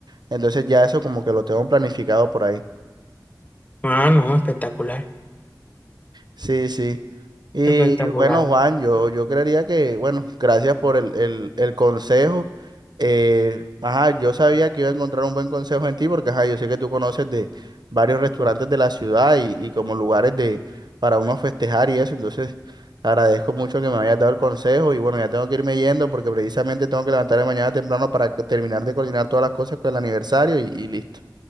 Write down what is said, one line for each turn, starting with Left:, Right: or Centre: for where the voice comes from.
Right: entonces ya eso como que lo tengo planificado por ahí.
Left: Ah, no, espectacular,
Right: Sí, sí. Y
Left: espectacular.
Right: y bueno, Juan, yo, yo creería que, bueno, gracias por el, el, el consejo. Eh, ajá, yo sabía que iba a encontrar un buen consejo en ti porque, ajá, yo sé que tú conoces de varios restaurantes de la ciudad y, y como lugares de, para uno festejar y eso. Entonces, agradezco mucho que me hayas dado el consejo y bueno, ya tengo que irme yendo porque precisamente tengo que levantarme mañana temprano para que- terminar de coordinar todas las cosas con el aniversario y, y listo.